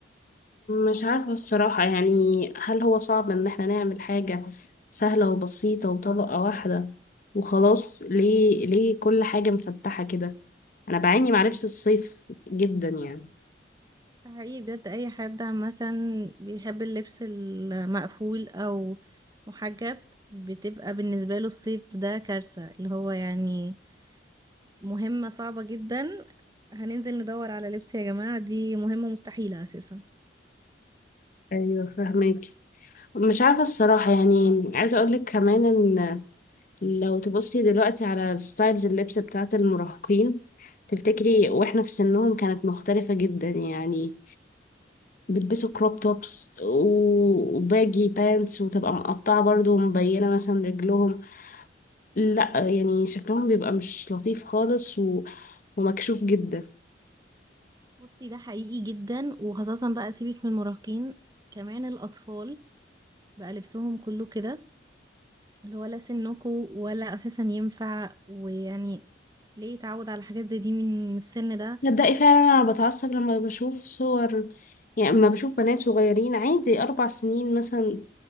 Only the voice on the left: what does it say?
مش عارفه الصراحه يعني هل هو صعب ان احنا نعمل حاجه سهله وبسيطه وطبقه واحده وخلاص ليه ليه كل حاجه مفتحه كده انا بعاني مع لبس الصيف جدا يعني
ايوه فهمك مش عارفه الصراحه يعني عايزه اقول لك كمان ان لو تبصي دلوقتي على ستايلز اللبس بتاعت المراهقين تفتكري واحنا في سنهم كانت مختلفه جدا يعني بيلبسوا كروب توبس و- وباجي بانتس وتبقى مقطعة برضو ومبينة مثلا رجلهم لا يعني شكلهم بيبقى مش لطيف خالص و... ومكشوف جدا
تصدقي فعلا انا بتعصب لما بشوف صور يعني لما بشوف بنات صغيرين عادي اربع سنين مثلا